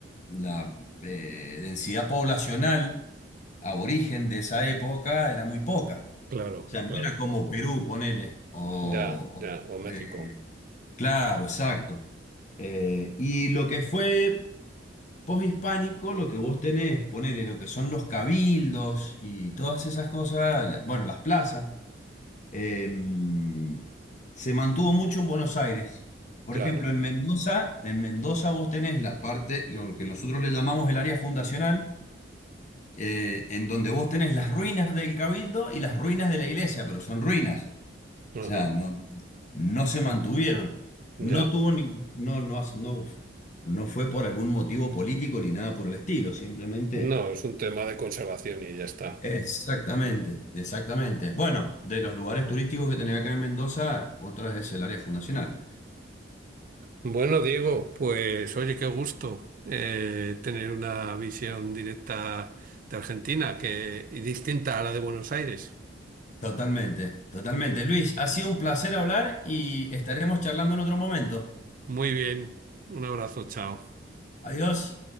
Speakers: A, on the left; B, on the right.
A: la eh, densidad poblacional aborigen de esa época era muy poca.
B: claro,
A: O sea, no
B: claro.
A: era como Perú, ponele. O,
B: Ya, ya,
A: o,
B: o México,
A: eh, claro, exacto. Eh, y lo que fue poshispánico, lo que vos tenés, ponele lo que son los cabildos y todas esas cosas, la- bueno, las plazas, em, se mantuvo mucho en Buenos Aires. Por
B: claro.
A: ejemplo, en Mendoza, en Mendoza vos tenés la parte, lo que nosotros le llamamos el área fundacional, eh, en donde vos tenés las ruinas del cabildo y las ruinas de la iglesia, pero son ruinas.
B: Ajá,
A: O sea, no, no se mantuvieron. No
B: ya.
A: tuvo ni- no, no, no, no fue por algún motivo político ni nada por el estilo, simplemente.
B: No, es un tema de conservación y ya está.
A: Exactamente, exactamente. Bueno, de los lugares turísticos que tenía acá en Mendoza, otra es el área fundacional.
B: Bueno, Diego, pues oye, qué gusto eh, tener una visión directa de Argentina que, y distinta a la de Buenos Aires.
A: Totalmente, totalmente. Luis, ha sido un placer hablar y estaremos charlando en otro momento.
B: Muy bien, un abrazo, chao.
A: Adiós.